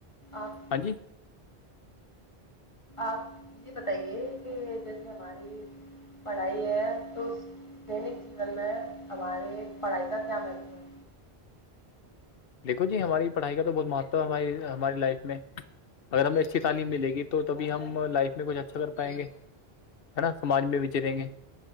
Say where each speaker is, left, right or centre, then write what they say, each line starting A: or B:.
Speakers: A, on the left; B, on the left.
A: آپ
B: ہاں جی
A: آپ یہ بتائیے کہ جیسے ہماری پڑھائی ہے تو دینک جیون میں ہمارے پڑھائی کا کیا ہے
B: دیکھو جی ہماری پڑھائی کا تو بہت مہتو ہے ہماری ہماری لائف میں اگر ہمیں اچھی تعلیم ملے گی تو تبھی ہم لائف میں کچھ اچھا کر پائیں گے ہے نا سماج میں بھی چریں گے